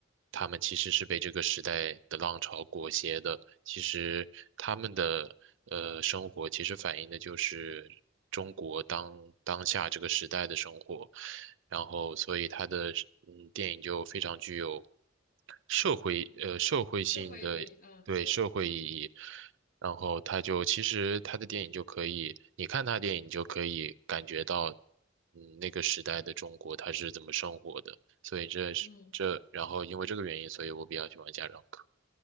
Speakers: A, on the right; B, on the left.
A: 他们其实是被这个时代的浪潮裹挟的。其实他们的呃生活，其实反映的就是中国当当下这个时代的生活。然后，所以他的嗯电影就非常具有社会呃社会性的对社会意义。
B: 社会意义，嗯对，
A: 然后他就其实他的电影就可以，你看他电影你就可以感觉到，嗯那个时代的中国他是怎么生活的。所以这是这，
B: 嗯
A: 然后因为这个原因，所以我比较喜欢家长课。